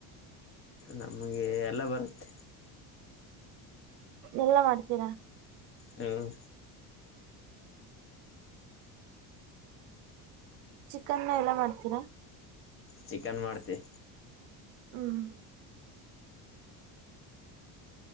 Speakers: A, on the left; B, on the right.
A: ನಮ್ಗೆ ಎಲ್ಲ ಬರುತ್ತೆ.
B: ಎಲ್ಲಾ ಮಾಡ್ತೀರಾ.
A: ಹ್ಮ್.
B: ಚಿಕನ್ ಎಲ್ಲಾ ಮಾಡ್ತೀರಾ.
A: ಚಿಕನ್ ಮಾಡ್ತಿ.
B: ಹ್ಮ್